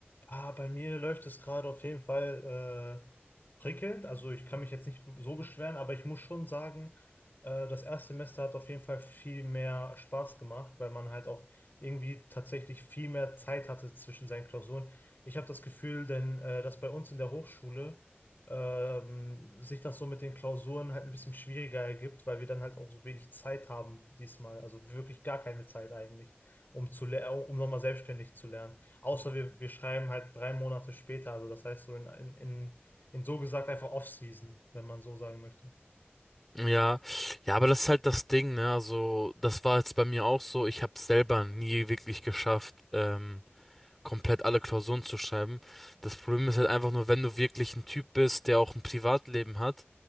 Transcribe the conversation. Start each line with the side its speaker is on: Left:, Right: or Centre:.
Left: Ah, bei mir läuft es gerade auf jeden Fall äh, prickelnd. Also ich kann mich jetzt nicht so beschweren, aber ich muss schon sagen, äh, das Erstsemester hat auf jeden Fall viel mehr Spaß gemacht, weil man halt auch irgendwie tatsächlich viel mehr Zeit hatte zwischen seinen Klausuren. Ich habe das Gefühl, denn äh, dass bei uns in der Hochschule ähm, sich das so mit den Klausuren halt ein bisschen schwieriger ergibt, weil wir dann halt auch so wenig Zeit haben diesmal. Also wirklich gar keine Zeit eigentlich, um zu ler- um nochmal selbstständig zu lernen. Außer wir, wir schreiben halt drei Monate später, also das heißt so in, in, in, in so gesagt einfach Off-Season, wenn man so sagen möchte.
Centre: Ja, ja, aber das ist halt das Ding, ne? Also, das war jetzt bei mir auch so. Ich habe es selber nie wirklich geschafft, ähm, komplett alle Klausuren zu schreiben. Das Problem ist halt einfach nur, wenn du wirklich ein Typ bist, der auch ein Privatleben hat,